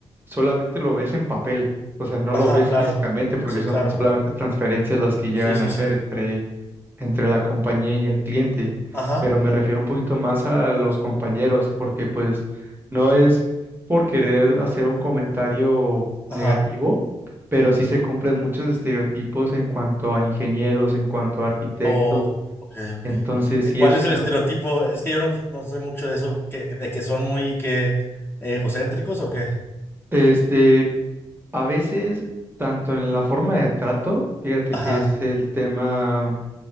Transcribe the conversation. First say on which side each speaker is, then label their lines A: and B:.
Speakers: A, on the right; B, on the left.
A: solamente lo ves en papel, o sea, no
B: Ajá,
A: lo ves
B: claro.
A: físicamente, porque
B: Sí,
A: son
B: claro, claro.
A: solamente transferencias las que llegan
B: Sí, sí,
A: a hacer
B: sí.
A: entre entre la compañía y el cliente,
B: Ajá,
A: pero me refiero un poquito más a los compañeros, porque pues no es por querer hacer un comentario negativo,
B: ajá.
A: pero sí se cumplen muchos estereotipos en cuanto a ingenieros, en cuanto a arquitectos,
B: Oh, ok, ok.
A: entonces
B: Eh,
A: sí
B: ¿Cuál
A: es,
B: es
A: una-
B: el estereotipo? Es que yo no, no sé mucho de eso, que, de que son muy que eh, egocéntricos o qué.
A: este, a veces, tanto en la forma de trato, fíjate
B: Ajá.
A: que es el tema